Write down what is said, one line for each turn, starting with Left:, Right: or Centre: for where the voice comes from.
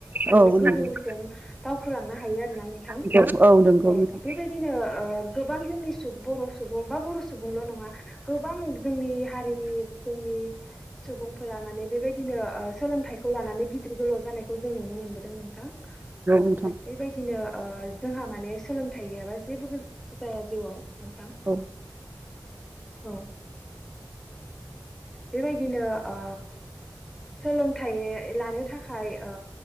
Centre: थांनो
Right: औ
Centre: गोजौसिम
Right: नंगौ
Centre: दावखोलांनो हायो आरोना नोंथां
Right: नंगौ नंगौ
Centre: औ
Right: नोंथां
Centre: बेबायदिनो ओ गोबां जोंनि बर' सुबुं बा बर' सुबुंल' नङा गोबां जोंनि हारिनि जोंनि सुबुंफोरा माने बेबायदिनो ओ सोलोंथाइखौ लानानै गिदिर गोलाव जानायखौ जों नुनो मोनबोदों नोंथां औ
Right: नोंथां
Centre: बेबायदिनो ओ जोंहा माने सोलोंथाइ गैयाबा जेबो जाया जिउआव नोंथां
Right: औ
Centre: औ बेबायदिनो ओ सोलोंथाइ लानो थाखाय ओ